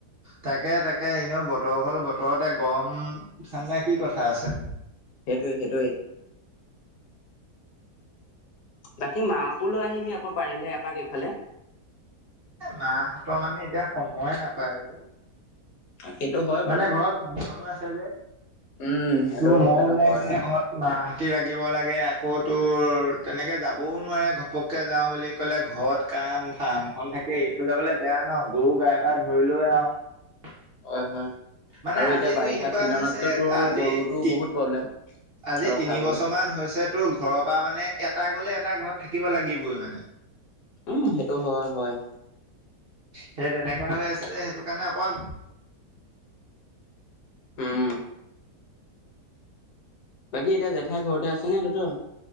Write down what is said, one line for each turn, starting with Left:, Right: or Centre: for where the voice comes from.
Right: তাকে তাকে এনেও বতৰ হল বতৰতে গৰম ঠাণ্ডা কি কথা আছে
Left: সেইটোয়ে সেইটোৱে বাকী মকো লৈ আহিবি আকৌ পাৰিলে এপাক এইফালে
Right: মাহঁতৰ মানে এতিয়া সময়ে নাপায় ব
Left: সেইটো হয় বাৰু
Right: মানে ঘৰত ভাওখনো আছে যে
Left: উম সেইটো
Right: তোৰ মৰম
Left: সেইটো
Right: নাই
Left: হয়
Right: মানে ঘৰত মাহতি লাগিব লাগে আকৌতোৰ তেনেকৈ যাবও নোৱাৰে ঘপককৈ যাওঁ বুলি ক'লে ঘৰত কাম ফাৰ্মখন থাকে এই ইঠৈ যাবলৈ বেয়া ন গৰু গাই পা ধৰি লৈ আৰু
Left: হয় হয়
Right: মানে
Left: আৰু
Right: আজিতো
Left: এতিয়া বাৰিষা
Right: এনেকুৱা
Left: চিজনতটো
Right: হৈছে
Left: তোৰ
Right: আজি
Left: গৰুতো
Right: তি
Left: বহুত প্ৰব্লেম
Right: আজি
Left: ৰখাবলে।
Right: তিনি বছৰমানান হৈছে তোৰ ঘৰৰ পৰা মানে এটা গ'লে এটা ঘৰত থাকিব লাগিবই মানে
Left: উম সেইটো হয় হয়
Right: সেই তেনেককা হৈ আছে যে সেইটো কাৰণে অকমান
Left: উম বাকী এতিয়া জেঠাই ঘৰতে আছে ন তোহোতৰ